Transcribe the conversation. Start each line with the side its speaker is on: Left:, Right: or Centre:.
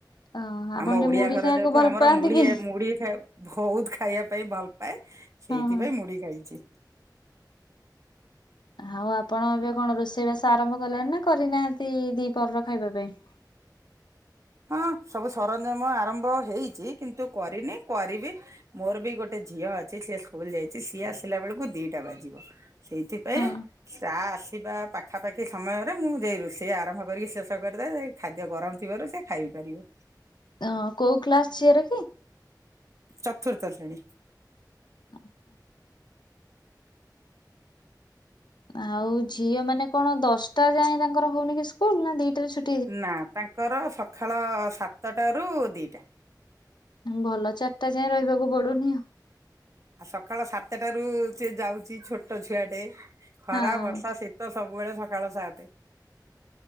Left: ଅ ଆପଣ
Right: ଆମ
Left: ଟିକେ
Right: ଓଡ଼ିଆ
Left: ମୁଢି
Right: ଘର
Left: ଖାଇବାକୁ
Right: ଯେହେତୁ
Left: ଭଲ
Right: ଆମର
Left: ପାଆନ୍ତି
Right: ମୁଢ଼ି
Left: କି?
Right: ଆ ମୁଢ଼ି ଖା ଭୋଉତ ଖାଇବା ପାଇଁ ଭଲ ପାଏ ସେଇଥିପାଇଁ
Left: ହଁ ହଁ।
Right: ମୁଢ଼ି ଖାଇଛି।
Left: ଆଉ ଆପଣ ଏବେ କଣ ରୋଷେଇବାସ ଆରମ୍ଭ କଲେଣି ନା କରିନାହାନ୍ତି ଦି ପହରର ଖାଇବା ପାଇଁ?
Right: ହଁ ସବୁ ସରଞ୍ଜାମ ଆରମ୍ଭ ହେଇଛି କିନ୍ତୁ କରିନି କରିବି। ମୋର ବି ଗୋଟେ ଝିଅ ଅଛି ସିଏ ସ୍କୁଲ ଯାଇଛି ସିଏ ଆସିଲା ବେଳକୁ ଦିଟା ବାଜିବ। ସେଇଥିପାଇଁ
Left: ହଁ।
Right: ଚା ଆସିବା ପାଖାପାଖି ସମୟରେ ମୁଁ ଯାଇ ରୋଷେଇ ଆରମ୍ଭ କରିକି ଶେଷ କରିଦେ ସେ ଖାଦ୍ୟ ଗରମ୍ ଥିବାରୁ ସେ ଖାଇପାରିବ‌।
Left: ହଁ କୋଉ କ୍ଲାସ ଝିଅର କି?
Right: ଚତୁର୍ଥ ଶ୍ରେଣୀ।
Left: <unintelligible> ଆଉ ଝିଅ ମାନେ କଣ ଦଶଟା ଯାଏ ତାଙ୍କର ହଉନି କି ସ୍କୁଲ ନା ଦିଟାରେ ଛୁ
Right: ନା ତାଙ୍କର ସଖାଳ ସାତଟାରୁ ଦିଟା।
Left: ଭଲ ଚାରିଟା ଯାଏଁ ରହିବାକୁ ପଡ଼ୁନି ଆଉ।
Right: ଆଉ ସକାଳ ସାତଟାରୁ ସେ ଯାଉଛି ଛୋଟ ଛୁଆ ଟେ ଖରା
Left: ହଁ।
Right: ବର୍ଷା ଶୀତ ସବୁବେଳେ ସଖାଳ ସାତେ।